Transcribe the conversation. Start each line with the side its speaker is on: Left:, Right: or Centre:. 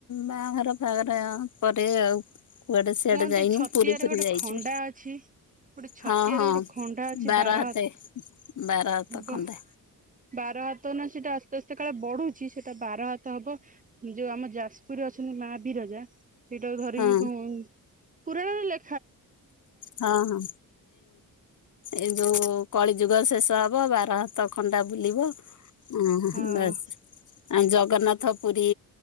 Left: ବାହାଘର ଫାହାଗର ପରେ ଆଉ କୁଆଡେ ସେଆଡେ
Right: କୁହନ୍ତି
Left: ଯାଇନୁ,
Right: ଛତିଆରେ
Left: ପୁରୀ ଫୁରୀ
Right: ଗୋଟେ
Left: ଯାଇଛୁ
Right: ଖଣ୍ଡା ଅଛି। ଗୋଟେ ଛତିଆରେ
Left: ହଁ ହଁ
Right: ଗୋଟେ ଖଣ୍ଡା ଅଛି
Left: ବାର ହାତେ
Right: ହାତ
Left: ବାର ହାତ
Right: ହବ
Left: ଖଣ୍ଡେ
Right: ବାର ହାତ ନା ସେଟା ଆସ୍ତେ ଆସ୍ତେ କାଳେ ବଢୁଛି, ସେଟା ବାର ହାତ ହବ ଯୋଉ ଆମ ଯାଜପୁରରେ ଅଛନ୍ତି ମା ବିିରଜା ସେଇଟାକୁ ଧରିକି
Left: ହଁ
Right: କଣ। ପୁରାଣରେ ଲେଖ୍
Left: ହଁ ହଁ ଏ ଯୋଉ କଳି ଯୁଗ ଶେଷ ହବ, ବାର ହାତ ଖଣ୍ଡା ବୁଲିବ ଉ
Right: ହଁ
Left: ବାସ୍ ଆ ଜଗନ୍ନାଥ ପୁରୀ,